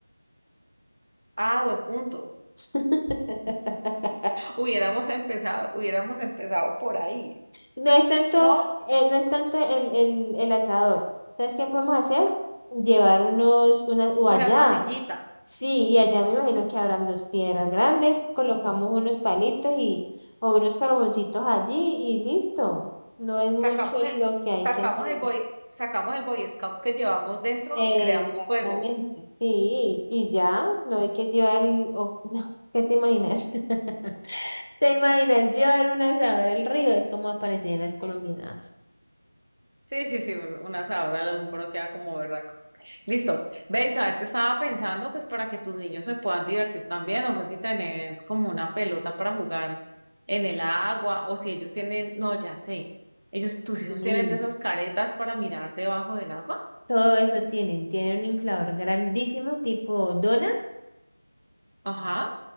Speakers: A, on the right; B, on the left.
A: Ah, buen punto.
B: <laughs>
A: Hubiéramos empezado, hubiéramos empezado por ahí.
B: No es tanto,
A: No,
B: eh, no es tanto el, el, el asador. ¿Sabes qué podemos hacer? Llevar unos, unas, o
A: una
B: allá.
A: parrillita.
B: Sí, y allá me imagino que habrán dos piedras grandes, colocamos unos palitos y o unos carboncitos allí y listo. No es mucho
A: Sacamos el,
B: lo que hay
A: sacamos
B: que hacer.
A: el boy, sacamos el Boy Scout que llevamos dentro
B: Exactamente,
A: y creamos fuego.
B: sí, y ya, no hay que llevar y, o- <laughs> no, es que te imaginas, <laughs> te imaginas llevar un asador al río, es como aparecen en las colombianas.
A: Sí, sí, sí, un- una sabra un hombro queda como berraco. Listo. Ve, y sabes que estaba pensando, pues para que tus niños se puedan divertir también, no sé si tenés como una pelota para jugar en el agua o si ellos tienen, no, ya sé, ellos, tus hijos
B: Sí.
A: tienen de esas caretas para mirar debajo del agua.
B: Todo eso tienen, tienen un inflador grandísimo tipo dona
A: Ajá.